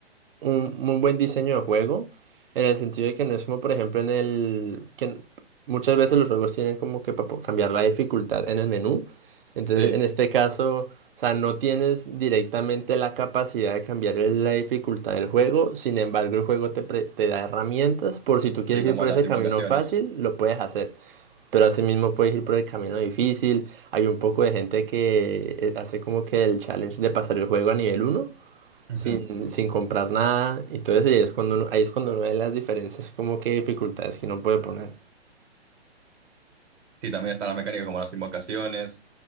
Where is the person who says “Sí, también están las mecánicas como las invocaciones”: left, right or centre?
Right